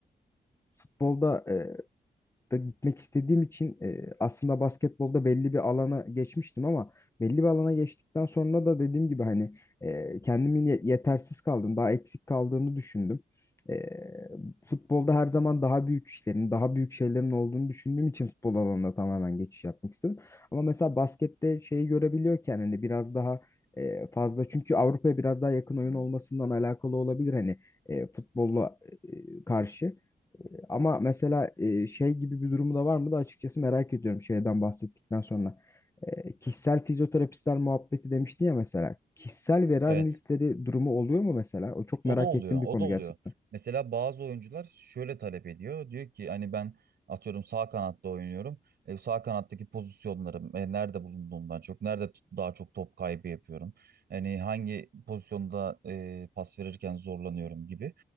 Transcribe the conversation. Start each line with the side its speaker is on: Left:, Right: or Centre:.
Left: Futbolda e, da gitmek istediğim için e, aslında basketbolda belli bir alana geçmiştim ama belli bir alana geçtikten sonra da dediğim gibi hani e, kendimin ye- yetersiz kaldım, daha eksik kaldığını düşündüm. E, futbolda her zaman daha büyük işlerin, daha büyük şeylerin olduğunu düşündüğüm için futbol alanına tamamen geçiş yapmak istedim. Ama mesela baskette şeyi görebiliyorken hani biraz daha e, fazla çünkü Avrupa'ya biraz daha yakın oyun olmasından alakalı olabilir hani e, futbolla e, karşı. Ama mesela e, şey gibi bir durumu da var mı da açıkçası merak ediyorum şeyden bahsettikten sonra. E, kişisel fizyoterapistler muhabbeti demiştin ya mesela. Kişisel veri
Right: Evet.
Left: analistleri durumu oluyor mu mesela? O çok
Right: O
Left: merak
Right: da oluyor,
Left: ettiğim bir
Right: o
Left: konu
Right: da oluyor.
Left: gerçekten.
Right: Mesela bazı oyuncular şöyle talep ediyor. Diyor ki hani ben atıyorum sağ kanatta oynuyorum. E, sağ kanattaki pozisyonlarım e, nerede bulunduğumdan çok, nerede t- daha çok top kaybı yapıyorum. Hani hangi pozisyonda e, pas verirken zorlanıyorum gibi.